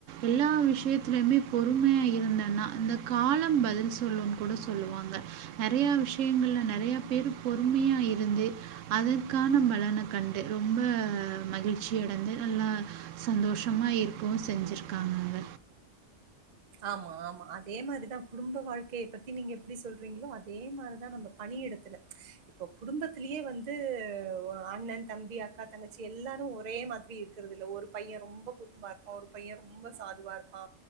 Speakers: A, on the right; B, on the right.
A: எல்லா விஷயத்திலயுமே பொறுமையா இருந்த ன்னா அந்த காலம் பதில் சொல்லும்னு கூட சொல்லுவாங்க நறையா விஷயங்கள்ல நறையா பேர் பொறுமையா இருந்து அதற்கான பலன கண்டு ரொம்ப மகிழ்ச்சி அடைந்து நல்லா சந்தோஷமா இருக்கவு செஞ்சிருக்காங்கங்க
B: ஆமா ஆமா அதே மாரிதா குடும்ப வாழ்க்கைய பத்தி நீங்க எப்படி சொல்றீங்களோ அதே மாரிதா நம்ம பணி எடத்துல இப்போ குடும்பத்திலயே வந்து அண்ணன் தம்பி அக்கா தங்கச்சி எல்லாரு ஒரே மாதிரி இருக்கிறது இல்ல ஒரு பையே ரொம்ப குரும்பா இருப்பா ஒரு பையே ரொம்ப சாதுவா இருப்பா